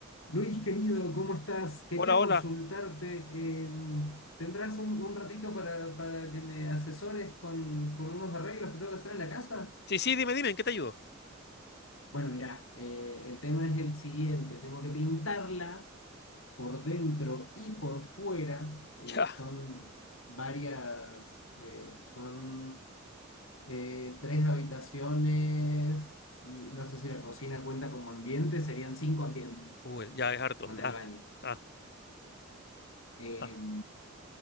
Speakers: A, on the left; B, on the left.
A: Luis, querido, ¿cómo estás? Quería
B: Hola, hola.
A: consultarte. eh, ¿tendrás un, un ratito para, para que me asesores con, con unos arreglos que tengo que hacer en la casa?
B: Sí, sí, dime, dime, ¿en qué te ayudo? <laughs>
A: Bueno, mirá, eh, el tema es el siguiente. Tengo que pintarla por dentro y por fuera. eh,
B: Ya,
A: son varias, eh, son eh, tres habitaciones y no sé si la cocina cuenta como ambiente, serían cinco ambientes
B: Google, ya es harto.
A: con
B: Da,
A: el baño.
B: da,
A: Em,
B: da.